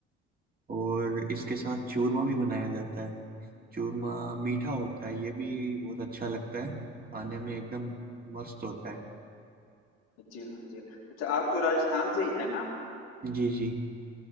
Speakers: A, on the right; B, on the left.
A: और इसके साथ चूरमा भी बनाया जाता है चूरमा
B: हम्म,
A: मीठा होता है ये भी बहुत अच्छा लगता है खाने में एकदम मस्त होता है
B: जी हाँ जी हाँ। अच्छा आप तो राजस्थान से ही है ना
A: जी जी